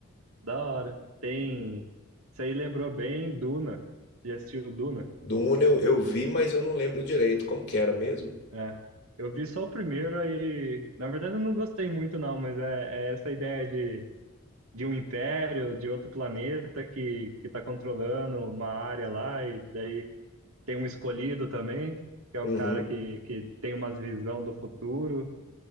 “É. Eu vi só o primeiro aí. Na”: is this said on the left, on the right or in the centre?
Right